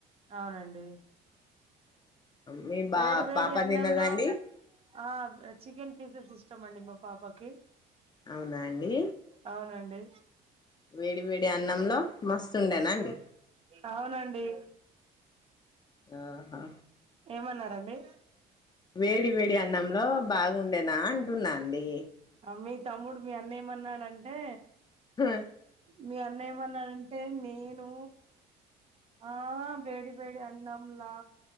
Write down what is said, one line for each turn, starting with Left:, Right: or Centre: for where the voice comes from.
Right: అవునండి
Left: మీ బా
Right: వేడి వేడి
Left: పాప
Right: అన్నంలో
Left: తిన్నదా అండి
Right: ఆ చికెన్ పీసెస్ ఇష్టం అండి మా పాపకి
Left: అవునా అండి
Right: అవునండి
Left: వేడి వేడి అన్నంలో మస్తుండేనా అండి
Right: అవునండి
Left: ఆహా
Right: ఏమన్నారండి
Left: వేడి వేడి అన్నంలో బాగుండేనా అంటున్నా అండి
Right: మీ తమ్ముడు మీ అన్న ఏమన్నాడంటే
Left: గ
Right: మీ అన్న ఏమన్నాడంటే నేను ఆ వేడి వేడి అన్నమ్లా